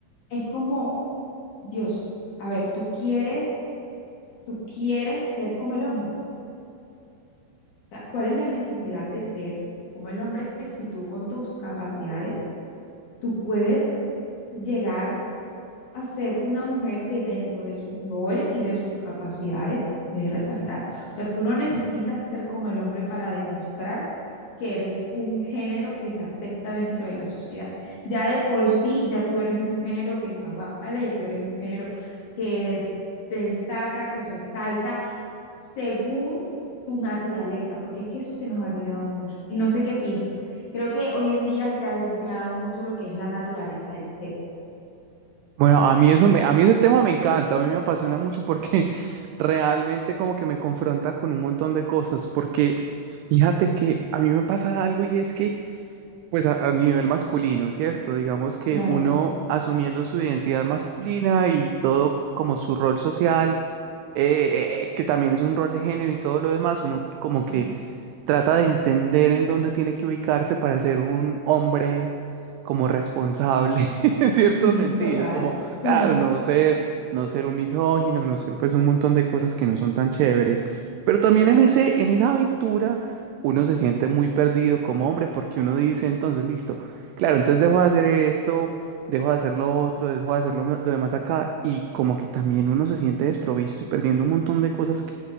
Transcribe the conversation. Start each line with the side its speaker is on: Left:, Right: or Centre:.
Left: Es como, Dios, a ver, tú quieres, tú quieres ser como el hombre. O sea, ¿cuál es la necesidad de ser como el hombre si tú con tus capacidades, tú puedes llegar a ser una mujer que dentro de su rol y de sus capacidades puede resaltar? O sea, tú no necesitas ser como el hombre para demostrar que eres un género que se acepta dentro de la sociedad. Ya de por sí, ya tú eres un género que se avala, ya tú eres un género que destaca, que resalta según tu naturaleza, porque es que eso se nos ha olvidado mucho. Y no sé qué piensas. Creo que hoy en día se ha desviado mucho lo que es la naturaleza del ser.
Right: Bueno, a mí eso me, a mí ese tema me encanta, a mí me apasiona mucho porque <laughs> realmente como que me confronta con un montón de cosas, porque fíjate que a mí me pasa algo y es que Pues a, a nivel masculino, ¿cierto? Digamos que
Left: Claro,
Right: uno asumiendo su identidad masculina y todo como su rol social, eh, eh, eh, que también es un rol de género y todo lo demás, uno como
Left: claro.
Right: que trata de entender en dónde tiene que ubicarse para ser un hombre como responsable, <laughs> en cierto
Left: Ujú,
Right: sentido,
Left: total,
Right: como, claro,
Left: total.
Right: no ser, no ser un misógino, no ser pues un montón de cosas que no son tan chéveres, pero también
Left: Claro,
Right: en ese, en esa aventura uno se siente muy perdido como hombre porque uno dice, entonces, listo, claro, entonces dejo de hacer esto. Dejo de hacer lo otro, dejo de hacer lo, lo demás acá y como que también uno se siente desprovisto y perdiendo un montón de cosas